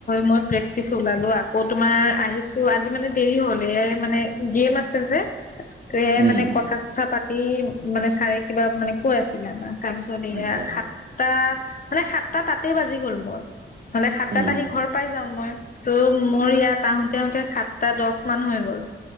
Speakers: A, on the left (about 40°); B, on the right (about 55°).
A: মই প্ৰেক্টিচ ওলালোঁ, আকৌ তোমাৰ আহিছো আজি মানে দেৰি হ'ল এয়াই মানে গেম আছে যে, ত সেয়াই
B: উম
A: মানে কথা-চথা পা এই মানে চাৰে কিবা মানে কৈ আছিলে, আমাৰ তাৰপিছত এইয়া
B: আচ্ছা
A: সাত সাতটা, মানে সাতটা তাতে বাজি গ'ল মোৰ। মানে, সাতটাত
B: উম
A: আহি ঘৰ পাই যাওঁ মই। ত' মোৰ ইয়াত, আহোঁতে-আহোঁতে সাতটা দহমান হৈ গ'ল।